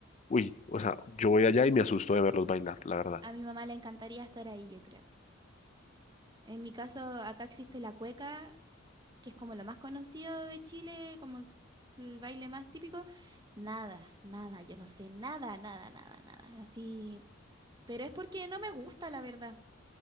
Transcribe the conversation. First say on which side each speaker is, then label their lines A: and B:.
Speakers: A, on the left (about 35°); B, on the right (about 20°).
A: uy, o sea, yo voy allá y me asusto de verlos bailar, la verdad.
B: A mi mamá le encantaría estar ahí, yo creo. En mi caso, acá existe la cueca, que es como lo más conocido de Chile, como el baile más típico. Nada, nada, yo no sé, nada, nada, nada, nada. Así. Pero es porque no me gusta, la verdad.